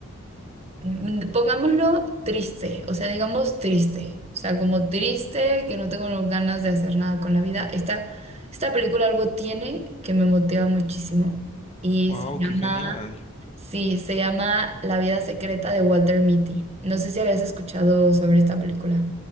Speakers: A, on the right; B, on the left.
A: mm, pongámoslo, triste, o sea, digamos triste, o sea, como triste, que no tengo ganas de hacer nada con la vida. Esta, esta película algo tiene que me motiva muchísimo y
B: Wow,
A: se llama...
B: qué genial.
A: Sí, se llama La vida secreta de Walter Mitty. No sé si habías escuchado sobre esta película.